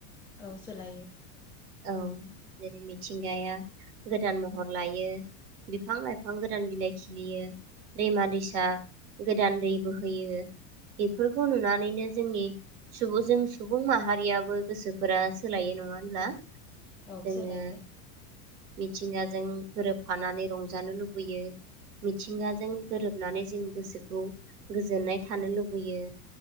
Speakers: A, in the centre; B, on the right.
A: औ सोलायो
B: औ जेरै मिथिंगाया गोदान महर लायो बिफां लाइफां गोदान बिलाइ खिलियो दैमा दैसा गोदान दै बो होयो बेफोरखौ नुनानैनो जोंनि सुबुं जों सुबुं माहारियाबो गोसोफोरा सोलायो नङा होनब्ला
A: औ
B: जोङो
A: सोलायो
B: मिथिंगाजों गोबफानानै रंजानो लुबैयो मिथिंगाजों गोरोबनानै जों गोसोखौ गोजोननाय थानो लुबैयो